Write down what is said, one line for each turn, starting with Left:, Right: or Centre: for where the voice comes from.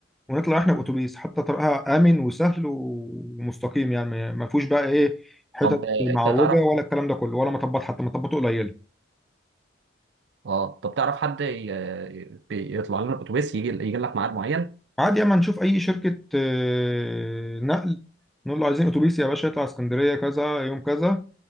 Centre: ونطلع احنا باتوبيس حتى طريقها امن وسهل ومستقيم يعني ما ما فيهوش بقى ايه حتت
Right: طب آه،
Centre: معوجه
Right: انت تعرف
Centre: ولا الكلام ده كله ولا مطبات حتى مطبات قليله
Right: اه طب تعرف حد ي- ي- يطلع لنا الاتوبيس يجي يجي لك ميعاد معين
Centre: عادي اما نشوف اي شركة آه، نقل نقول له عايزين اتوبيس يا باشا يطلع اسكندرية كذا يوم كذا